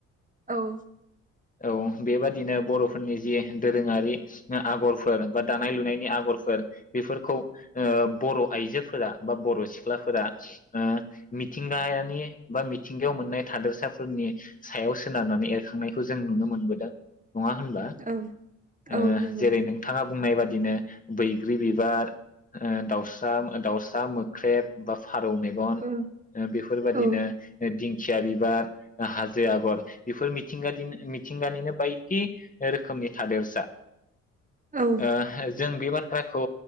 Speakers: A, on the right; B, on the left.
A: औ ।
B: औ बेबादिनो बर'फोरनि जि दोरोङारि आगरफोर बा दानाय लुनायनि आगरफोर बेफोरखौ ओ बर' आइजोफोरा बा बर' सिख्लाफोरा ओ मिथिंगायानि बा मिथिंगायाव मोननाय थादोरसाफोरनि सायाव सोनारनानै एरखांनायखौ जों नुनो मोनबोदों । नङा होनबा
A: औ
B: ओ
A: औ नंगौ
B: जेरै नोंथाङा बुंनाय बा दिनो बैग्रि बिबार ओ दाउस्रा ओ दाउसा मोख्रेब बा फारौ मेगन
A: औ
B: ओ बेफोरबादिनो
A: औ
B: एद दिंखिया बिबार ओ हाजो आगर बेफोर मिथिंगादिन मिथिंगानिनो बायदि ओ रोखोमनि थादेरसा ।
A: औ
B: ओ जों बे बाथ थ्राखौ